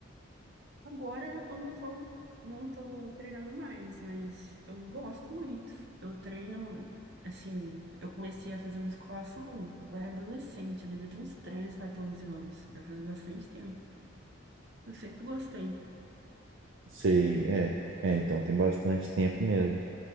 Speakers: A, on the right; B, on the right.
A: Agora eu não tô, não tô treinando mais, mas eu gosto muito. Eu treino, assim, eu comecei a fazer musculação, eu era adolescente, eu devia ter uns 13 14 anos, já faz bastante tempo. Eu sempre gostei.
B: Sei, é. É, então tem bastante tempo mesmo.